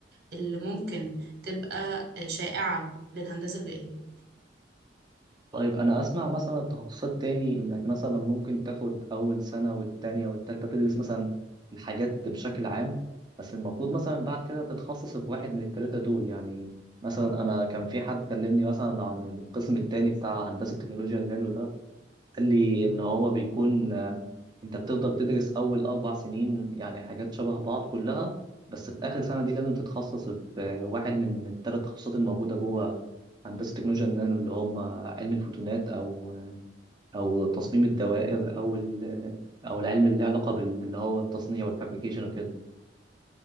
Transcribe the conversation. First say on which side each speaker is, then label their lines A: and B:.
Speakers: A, on the right; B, on the right.
A: اللي ممكن تبقى آه، شائعة للهندسة البيئية
B: طيب انا اسمع مثلا التخصصات تاني انك مثلا ممكن تاخد اول سنة والتانية والتالتة تدرس مثلا الحاجات بشكل عام بس المفروض مثلا بعد كده تتخصص في واحد من التلاتة دول يعني مثلا انا كان في حد كلمني مثلا عن القسم التاني بتاع هندسة تكنولوجيا النانو ده قال لي ان هو بيكون آه، انت بتفضل تدرس اول اربع سنين يعني حاجات شبه بعض كلها بس في اخر سنه دي لازم تتخصص في آه، واحد من الثلاث تخصصات الموجوده جوه هندسه تكنولوجيا النانو اللي هم علم الفوتونات او او تصميم الدوائر او ال- او العلم اللي له علاقه بال- اللي هو التصنيع والفابريكيشن وكده